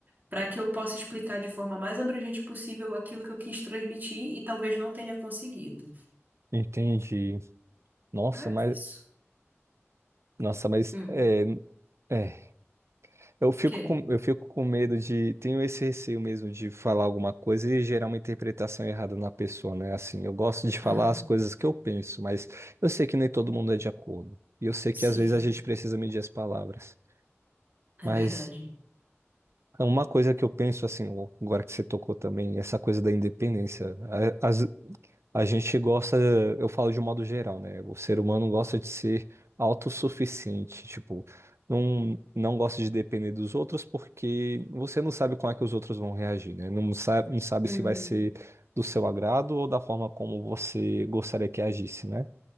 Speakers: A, on the right; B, on the right.
A: para que eu possa explicar de forma mais abrangente possível aquilo que eu quis transmitir e talvez não tenha conseguido.
B: entendi. Nossa,
A: É
B: mas,
A: isso.
B: nossa, mas,
A: Hum.
B: é, é. Eu fico
A: Quê?
B: com, eu fico com medo de. Tenho esse receio mesmo de falar alguma coisa e gerar uma interpretação errada na pessoa, né? Assim, eu gosto de falar
A: Aham.
B: as coisas que eu penso, mas eu sei que nem todo mundo é de acordo. E eu sei que
A: Sim,
B: às vezes a gente precisa medir as palavras.
A: é
B: Mas
A: verdade.
B: uma coisa que eu penso, assim, ó, agora que você tocou também, essa coisa da independência. A- Às, a gente gosta, eu falo de um modo geral, né? O ser humano gosta de ser autossuficiente, tipo, não, não gosta de depender dos outros porque você não sabe como é que os outros vão reagir, né? Não sabe, não sabe
A: Uhum.
B: se vai ser do seu agrado ou da forma como você gostaria que agisse, né?